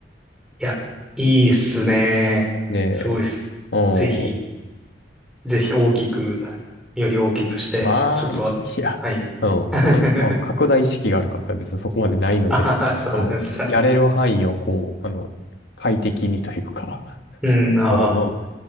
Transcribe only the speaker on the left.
ねえ、
う
ん。
まあ、
いや、
うん。
そんな、まあ、拡大意識がある方は別にそこまでないので、
うん。やれる範囲をこう、あの、快適にというか、
<laughs> うん